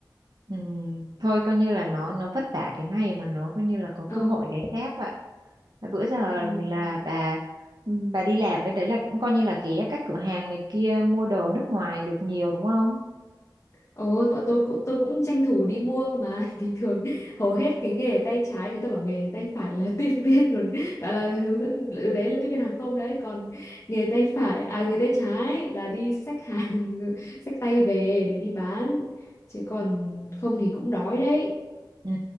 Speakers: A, on the right; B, on the left.
A: Ừm, thôi coi như là nó nó vất vả cái này mà nó coi như là có
B: Ồ,
A: cơ hội cái khác vậy là bữa giờ
B: trời.
A: là bà ừm, bà đi làm bên đấy là cũng coi như là ghé các cửa hàng này kia mua đồ nước ngoài được nhiều đúng không
B: Ồ, bọn tôi cũng tôi cũng tranh thủ đi mua mà <laughs> bình thường hầu hết cái nghề tay trái người ta bảo nghề tay phải là <laughs> tiếp viên còn gọi là hướng dẫn ừ, đấy là tiếp viên hàng không đấy còn nghề tay phải à nghề tay trái là đi xách hàng <laughs> xách tay về để đi bán chứ còn không thì cũng đói đấy
A: Ừ.